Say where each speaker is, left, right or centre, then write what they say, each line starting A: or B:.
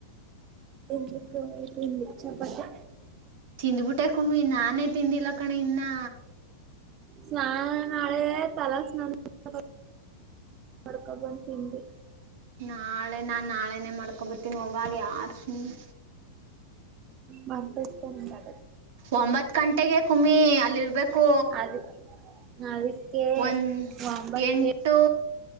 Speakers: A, on the right; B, on the right.
A: ಬುಕ್ಕು ಇತ್ತು <unintelligible> ಇಚ್ಛಾ ಪಟ್ಟೆ
B: ತಿಂಡ್ಬುಟ್ಟೆ ಕುಮ್ಮಿ ನಾನೇ ತಿಂದಿಲ್ಲಾ ಕಣೆ ಇನ್ನಾ
A: ಸ್ನಾನ ನಾಳೆನೆ ತಲೆ ಸ್ನಾನಾ ಹಾಕೋಬಂದ್ ಬಂದ್ ತಿಂದೆ
B: ನಾಳೆ ನಾನ್ ನಾಳೆನೆ ಮಾಡ್ಕೊಬರ್ತೀನಿ ಹೋಗಾ ಅಲ್ಲಿ ಯಾರ್ ಹ್ಮ್
A: ಮರ್ತೊಯಿತ್ ಅಂದ್ರಾ
B: ಒಂಬತ್ ಗಂಟೆಗೆ ಕುಮ್ಮಿ ಅಲ್ಲಿರ್ಬೇಕು
A: ಅದಕ್ ಅದಕ್ಕೆ
B: ಒಂದ
A: ಒಂಬತ್ತು
B: ಎಂಟು